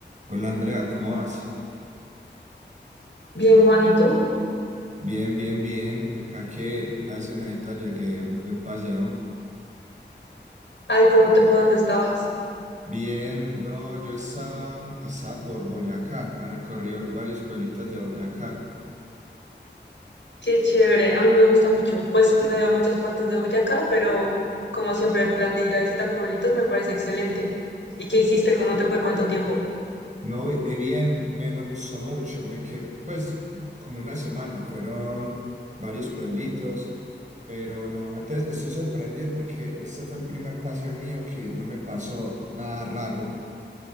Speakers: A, on the right; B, on the left.
A: Hola Andrea, ¿cómo vas?
B: Bien, Juan, ¿y tú?
A: Bien, bien, bien. Acá que hace nadita llegué de un paseo.
B: Ay, ¿cómo te fue? ¿Dónde estabas?
A: Bien, no, yo estaba, estaba por Boyacá, me recorrí varios pueblitos de Boyacá.
B: Qué chévere, a mí me gusta mucho. Pues no he ido a muchas partes de Boyacá, pero como siempre el plan de ir a visitar pueblitos me parece excelente. ¿Y qué hiciste? ¿Cómo te fue? ¿Cuánto tiempo?
A: No, vi- vi bien, me, me gustó mucho, me quedé pues como una semana, fueron varios pueblitos, pero no, antes estoy sorprendido porque este fue el primer paseo mío que no me pasó nada raro,